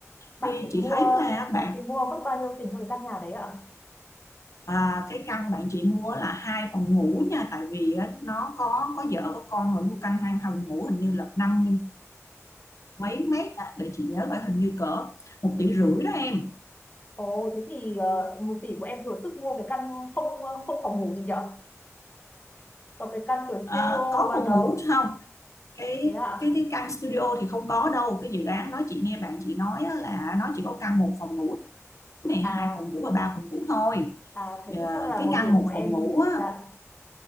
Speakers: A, on the left; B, on the left.
A: bạn
B: thì
A: chị mua,
B: chị thấy là
A: bạn
B: bạn
A: chị mua mất bao nhiêu tiền cho cái căn nhà đấy ạ?
B: à, cái căn bạn chị mua là hai phòng ngủ nha tại vì á, nó có có vợ có con rồi mua căn hai phòng ngủ hình như là năm mươi mấy mét á, để chị nhớ phải hình như cỡ một tỷ rưỡi đó em
A: Ồ, thế thì ờ, một tỷ của em thừa sức mua cái căn không ờ, không phòng ngủ gì nhở? Còn cái căn kiểu
B: Ờ,
A: studio
B: có
A: mà
B: phòng
A: nó
B: ngủ không cái
A: thế ạ?
B: cái cái căn studio thì không có đâu cái dự án đó chị nghe bạn chị nói á là nó chỉ có căn một phòng ngủ này
A: À,
B: hai phòng ngủ và ba phòng ngủ thôi
A: à thế
B: Ờ,
A: thì chắc là
B: cái
A: một
B: căn
A: tỷ
B: một
A: của em
B: phòng ngủ á
A: dạ